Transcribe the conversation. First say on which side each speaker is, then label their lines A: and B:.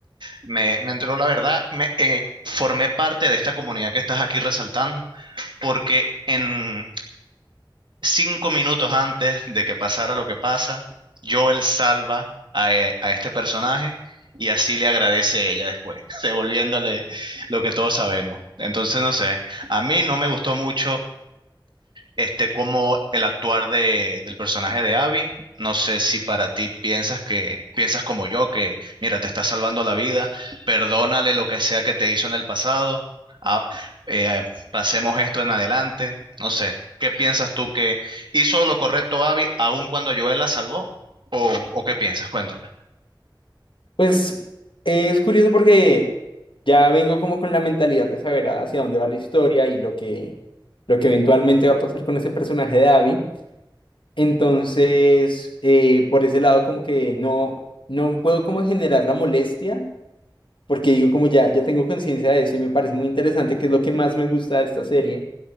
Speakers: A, on the right (about 70°); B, on the left (about 75°).
A: me, me entró la verdad, me eh, formé parte de esta comunidad que estás aquí resaltando, porque en, cinco minutos antes de que pasara lo que pasa, Joel salva a, e- a este personaje y así le agradece ella después, <laughs> devolviéndole lo que todos sabemos. Entonces, no sé, a mí no me gustó mucho este, como el actuar de, del personaje de Abby. No sé si para ti piensas que piensas como yo, que mira, te está salvando la vida, perdónale lo que sea que te hizo en el pasado, ah, eh, pasemos esto en adelante. No sé, ¿qué piensas tú que hizo lo correcto Abby aun cuando Joel la salvó? ¿O, o qué piensas? Cuéntame.
B: Pues eh, es curioso porque ya vengo como con la mentalidad de saber hacia dónde va la historia y lo que, lo que eventualmente va a pasar con ese personaje de Abby. Entonces, eh, por ese lado como que no, no puedo como generar la molestia porque digo como ya, ya tengo conciencia de eso y me parece muy interesante que es lo que más me gusta de esta serie